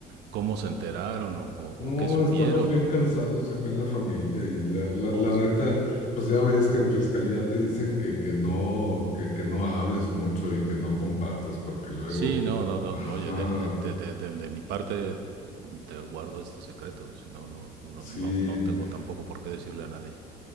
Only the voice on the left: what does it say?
no,
estamos bien
cansados acá en la familia y la, la, la
neta, pues ya ves que en fiscalía te dicen que, que no, que, que no hables mucho y que no compartas, porque luego,
ajá,
sí,